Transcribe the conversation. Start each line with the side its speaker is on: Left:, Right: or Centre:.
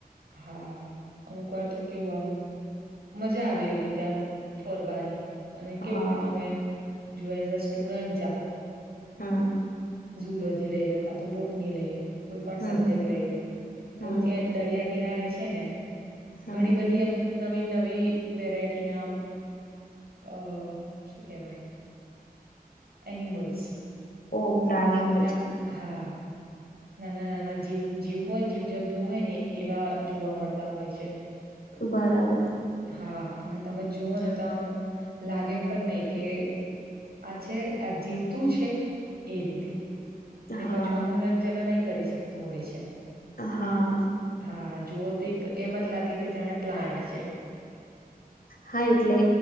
Right: હા અમુક વાર તો કેવું આમ મજા આવે એવી રીતે આમ ફરવાની અને કેવું
Left: હા
Right: કે તમે જો એઝ અ સ્ટુડન્ટ જાઓ
Left: હા
Right: ુલોજી લઈ લો કા તો બોટની લઈ લો કોઈ પણ
Left: હમ
Right: સબ્જેક્ટ લઈ લો તો
Left: હમ
Right: ત્યાં દરિયા કિનારે છે ને
Left: હમ.
Right: ઘણી બધી એમ નવી નવી વેરાયટી ના આમ અ શું કેહેવાય એનિમલ્સ
Left: ઓ પ્રાણીઓ
Right: જે તમે
Left: હોય
Right: આમ
Left: છે
Right: હા નાના નાના જીવ જીવ હોય જીવ જંતુ હોય ને એવા જોવા મળતા હોય છે
Left: બરાબર
Right: હા અને તમે જુઓ ને તો આમ લાગે એમ પણ નહી કે આ છે આ જીવતું છે એ રીતે અને
Left: હા
Right: પાછું આમ હલન ચલનય કરી શકતું હોય છે
Left: હા
Right: હા જોવો તો એક એમ જ લાગે કે જાણે પ્લાન્ટ છે
Left: હા એટલે